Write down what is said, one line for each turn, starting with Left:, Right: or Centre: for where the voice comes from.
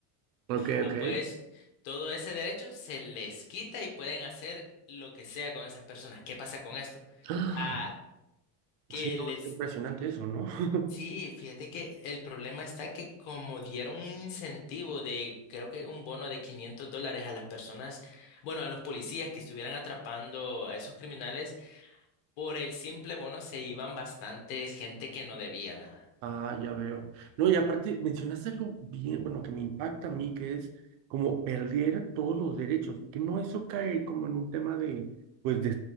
Right: ok,
Left: Ah,
Right: ok.
Left: pues todo ese derecho se les quita y pueden hacer lo que sea con esas personas. ¿Qué pasa con esto?
Right: <gasps> Ah,
Left: Ah, que
Right: Sí,
Left: les...
Right: no, es impresionante eso, ¿no? <laughs>
Left: Sí, fíjate que el problema está que como dieron un incentivo de, creo que un bono de 500 dólares a las personas, bueno, a los policías que estuvieran atrapando a esos criminales, por el simple bono se iban bastantes gente que no debía nada.
Right: Ah, ya veo. No, y aparte mencionaste algo bien, bueno, que me impacta a mí, que es como perder todos los derechos, que no eso cae como en un tema de, pues, de